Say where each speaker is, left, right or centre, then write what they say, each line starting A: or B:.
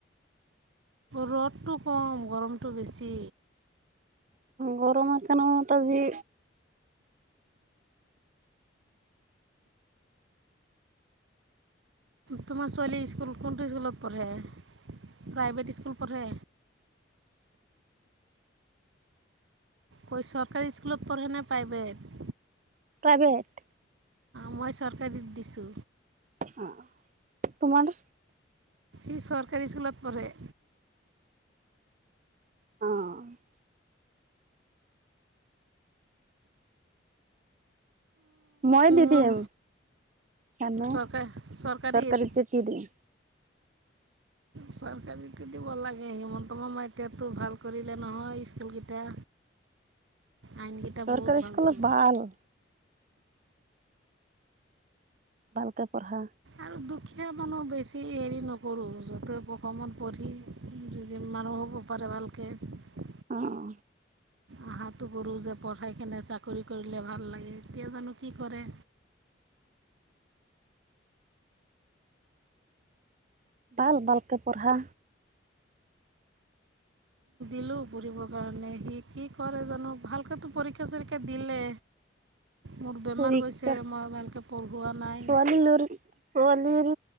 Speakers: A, on the right (about 85°); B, on the right (about 40°).
A: ৰ'দটো কম গৰমটো বেছি
B: গৰমৰ কাৰণে তজি
A: তোমাৰ ছোৱালী‌ স্কুল কোনটোৰ স্কুলত পঢ়ে, প্ৰাইভেট স্কুল পঢ়ে কৰ চৰকাৰী স্কুলত পঢ়ে নে প্ৰাইভেট
B: প্ৰাইভেট।
A: মই চৰকাৰী দিছোঁ
B: আহ তোমাৰ
A: এই চৰকাৰী স্কুলত পঢ়ে
B: অ', মই দিদিম
A: মোৰ
B: চামে
A: চৰকাৰ চৰকাৰীত
B: চৰকাৰীতে দি দিম
A: চৰকাৰী টে দিব লাগে হিমন্ত মামা এতিয়া টো ভাল কৰিলে নহয় স্কুলকেইটা আইনকেইটা
B: চৰকাৰী
A: বহুত ভালতো
B: স্কুলত ভাল ভালকে পঢ়া
A: আৰু দুখীয়া মানুহ বেছি হেৰি নকৰোঁ য'তে প্ৰশত পঢ়ি <unintelligible> উপ পিবালকৈ <unintelligible>
B: অহ
A: আশাটো কৰোঁ যে পঢ়াই কিনে চাকৰি কৰিলে ভাল লাগে এতিয়া জানো কি কৰে
B: বাল বাল পে পঢ়া
A: পঢ়িবৰ কাৰণে সি কি কৰে জানো ভালকতো পৰীক্ষা চৰীক্ষা দিলে মোৰ বেমাৰ
B: পৰীক্ষা
A: গৈছে মই ভালকৈ পঢ়োৱা নাই
B: ছোৱালী লোলীৰ